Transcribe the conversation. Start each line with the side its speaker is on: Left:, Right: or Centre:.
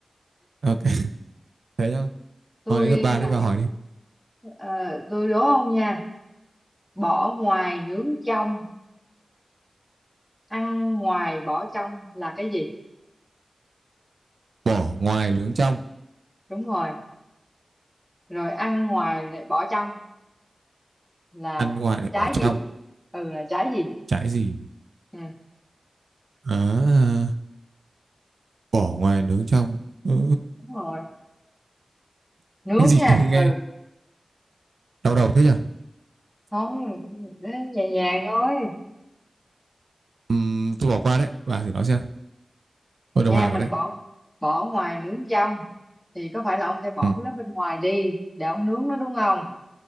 Right: ok <laughs> thế nhá
Centre: tôi
Right: hỏi đến lượt bà đấy
Centre: làm
Right: bà
Centre: những
Right: hỏi đi
Centre: ờ, tôi đố ông nha bỏ ngoài nướng trong ăn ngoài bỏ trong là cái gì
Right: bỏ ngoài nướng trong
Centre: đúng rồi rồi ăn ngoài lại bỏ trong là
Right: ăn ngoài lại
Centre: trái
Right: bỏ trong
Centre: gì ừ là trái gì
Right: trái gì
Centre: ừ,
Right: à, bỏ ngoài nướng trong Ờ,
Centre: đúng rồi nướng
Right: cái gì
Centre: nha
Right: chưa nghe
Centre: ừ
Right: đau đầu thế nhở
Centre: không nhẹ nhàng thôi
Right: Ừm, tôi bỏ qua đấy bà thử nói xem tôi đồng
Centre: nha
Right: hàng
Centre: mình
Right: rồi đấy
Centre: bỏ bỏ ngoài nướng trong thì có phải là ông sẽ bỏ
Right: ừ.
Centre: cái lớp bên ngoài đi để ông nướng nó đúng không